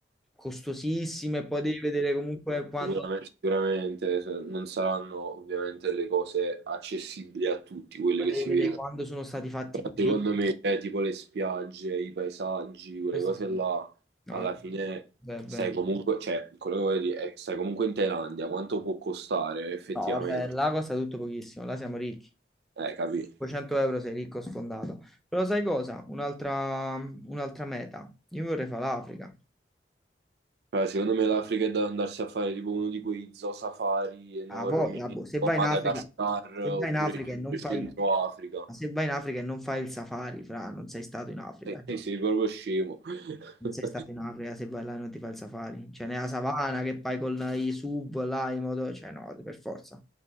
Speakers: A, in the centre; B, on the right.
A: costosissime, e poi devi vedere comunque quando,
B: Sicuramente, sicuramente se- non saranno ovviamente le cose accessibili a tutti, quelle
A: poi
B: che
A: devi
B: si
A: vedere
B: vedono.
A: quando sono stati fatti
B: Però
A: quei
B: Secondo
A: video.
B: me, eh, tipo le spiagge, i paesaggi, quelle
A: Questo
B: cose
A: sì.
B: là,
A: No,
B: alla
A: è-
B: fine
A: Beh,
B: stai
A: beh.
B: comunque, cioè, quello che voglio dire è che stai comunque in Thailandia, quanto può costare effettivamente?
A: No, vabbè, là costa tutto pochissimo, là siamo ricchi.
B: Eh, capì?
A: 500 euro sei ricco sfondato. Però sai cosa? Un'altra un'altra meta. Io vorrei fare l'Africa.
B: Cioè, secondo me l'Africa è da andarsi a fare tipo uno di quei zoo safari enormi,
A: Ah, poi, ah,
B: tipo
A: boh, se vai
B: Madagascar,
A: in Africa, se
B: oppure
A: vai in Africa
B: il proprio
A: e non fai,
B: Centro Africa.
A: ma se vai in Africa e non fai il safari, fra, non sei stato in Africa.
B: E te sei proprio scemo. <laughs>
A: Non sei stato in Africa se vai là e non ti fai il safari. Cioè, nella savana che fai con la- i sub, là, i moto... Cioè, no, per forza.